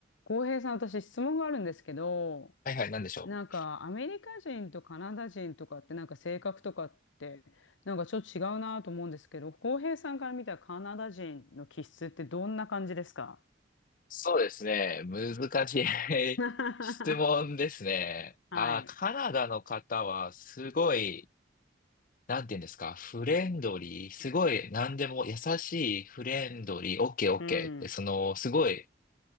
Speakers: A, on the left; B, on the left.
A: 浩平さん、私質問があるんですけど、
B: はいはい、なんでしょう
A: なんかアメリカ人とカナダ人とかってなんか性格とかってなんかちょっと違うなと思うんですけど、浩平さんから見たカナダ人の気質ってどんな感じですか
B: そうですね。難しい
A: <laughs>
B: <laughs> 質問ですね。
A: はい。
B: ああカナダの方はすごい、なんて言うんですか、フレンドリー、すごい何でも優しい、フレンドリー、オッケーオッケーって、
A: うん。
B: その、すごい